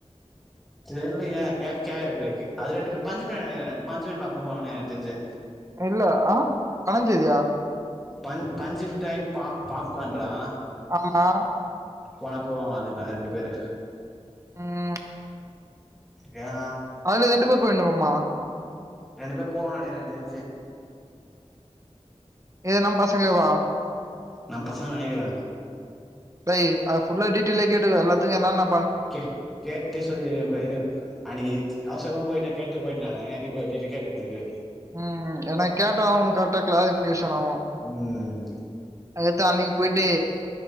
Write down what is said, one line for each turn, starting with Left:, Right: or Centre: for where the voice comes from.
Centre: தெர்லயே கேக் கேக்கற இரு அது ரெண்டு பேர் பஞ்சமி நெனக்கிறே பஞ்சமி பாக்குவா எனக் தெரிஞ்சு
Right: இல்ல ஆ பணஞ்செய்தியா
Centre: பஞ் பஞ்சு மிட்டாய் பா பாப்கான்ரா
Right: ஆமா
Centre: போனா போவாங்க அதுல ரெண்டு பேரு
Right: ம்
Centre: யா
Right: அதுல ரெண்டு பேர் போயின்னுமம்மா
Centre: ரெண்டு பேர் பேவாங்க நெனைக்கிற எனக் தெர்ஞ்சு
Right: ஏ நம் பசங்ளேவா
Centre: நம் பசங்க நெனைக்கிற
Right: டெய் அது ஃபுல்லா டிடெய்ல்லா கேட்டுக்கோ அல்லாத்துக்கு என்னன்னா
Centre: கே கேட்டு சொல்லிற இரு அன்னைக்கி அவுசுரமா போயிட்டே கேட்டு போயிட்டே நானு இப்ப டீட்டெயில் கேட்டுற இரு
Right: ம் ம் ஏன்னா கேட்டாதா உனுக் கரெக்டா கிளாரிஃபிகேஷன் ஆவும்
Centre: ம்
Right: அததா அன்னைக்கு போயிட்டு